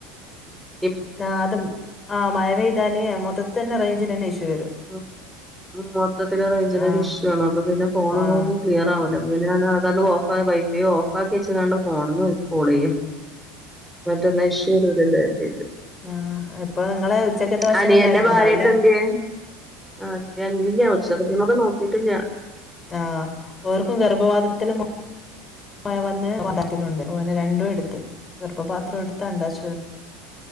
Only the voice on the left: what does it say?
ആ അത് ആ മഴ പെയ്താലേ മൊത്തത്ത് തന്നെ റേഞ്ചിനന്നെ ഇഷ്യൂ വരും
ആഹ്
ആഹ്
ആ ഇപ്പൊ ങ്ങളെ ഉച്ചക്കത്തെ ഭക്ഷണല്ല
ആയിട്ടുണ്ടാവല്ലേ?
ആഹ് ഓർക്കും ഗർഭപാത്രത്തിലും മ വന്ന് വണ്ടുണ്ട് <inaudible> നെ രണ്ടും എടുത്ത് ഗാർഫപാത്രം എടുത്ത് അണ്ഡഷ്യയും എടുത്ത്ണ്ടാ